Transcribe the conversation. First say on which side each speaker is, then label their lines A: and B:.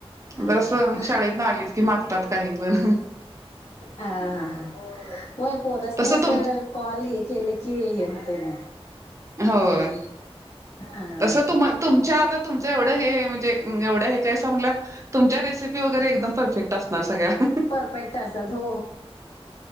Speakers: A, on the left; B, on the right.
A: हां.
B: जर अस शाळेत नाही आलीत की मागतात काही पण
A: हा हा होय पोरसने
B: तसं
A: असं
B: तुम
A: कॉल हे केलं की हे होतय ना
B: होय
A: हां.
B: तस तुम तुमच्या आता तुमच एवढं हे म्हणजे एवढ्या हेस म्हटल्या तुमच्या रेसिपी वगैरे एकदम परफेक्ट असणार सगळ्या
A: परफेक्ट असतात हो